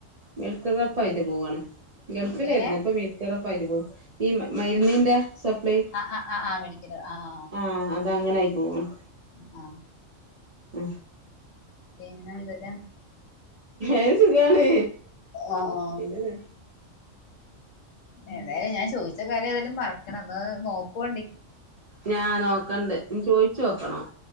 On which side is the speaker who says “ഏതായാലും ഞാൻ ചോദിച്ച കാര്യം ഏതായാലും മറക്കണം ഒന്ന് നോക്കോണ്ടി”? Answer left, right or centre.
Left